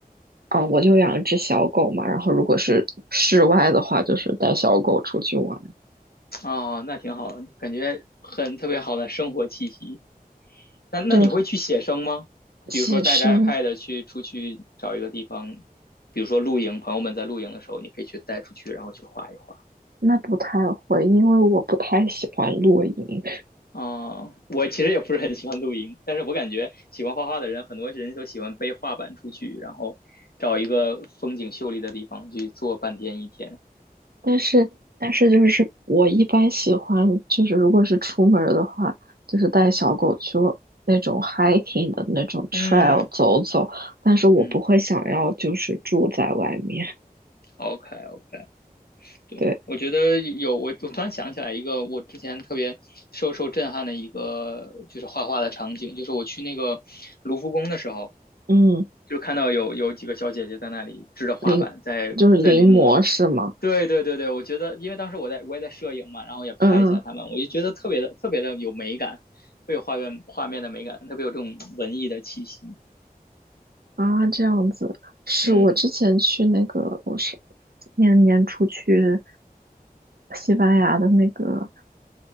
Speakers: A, on the right (about 75°); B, on the left (about 75°).
A: 哦，我就养一只小狗嘛，然后如果是室外的话，就是带小狗出去玩。
B: 哦，那挺好的，感觉很特别好的生活气息。那那你会去写生吗？
A: 对，写生
B: 比如说带着 iPad 去出去找一个地方，比如说露营，朋友们在露营的时候，你可以去带出去，然后去画一画。
A: 那不太会，因为我不太喜欢露营，
B: 哦，我其实也不是很喜欢露营，但是我感觉喜欢画画的人，很多人都喜欢背画板出去，然后找一个风景秀丽的地方去坐半天一天。
A: 但是但是就是我一般喜欢就是如果是出门儿的话，就是带小狗去那种 hiking 的那种 trail
B: 嗯
A: 走走，但是我不会想要就是住在外面，
B: 嗯，OK OK。对，
A: 对。
B: 我觉得有我，我突然想起来一个我之前特别受受震撼的一个就是画画的场景，就是我去那个卢浮宫的时候，
A: 嗯。
B: 就看到有有几个小姐姐在那里支着画板在在临摹。
A: 临就是临摹是吗？
B: 对对对对，我觉得因为当时我在我也在摄影嘛，然后也拍一下他们，
A: 嗯嗯
B: 我就觉得特别的特别的有美感，特别有画面画面的美感，特别有这种文艺的气息。
A: 啊，这样子是我之前去那个，
B: 嗯
A: 我是年年初去西班牙的那个